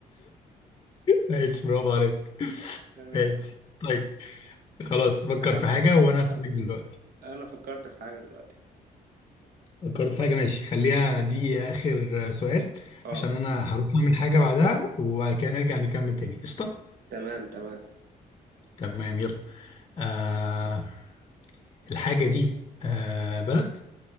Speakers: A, on the left; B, on the right.
A: ماشي برافو عليك <laughs>
B: تمام
A: ماشي طيب خلاص فكر
B: أنا
A: في
B: فكرت
A: حاجة وأنا هسألك دلوقتي
B: أنا فكرت في حاجة دلوقتي
A: فكرت في حاجة ماشي خليها دي آخر سؤال
B: أه
A: عشان أنا هروح أعمل حاجة بعدها وبعد كده نرجع نكمل تاني قشطة
B: تمام تمام
A: تمام يلا آه الحاجة دي آه بلد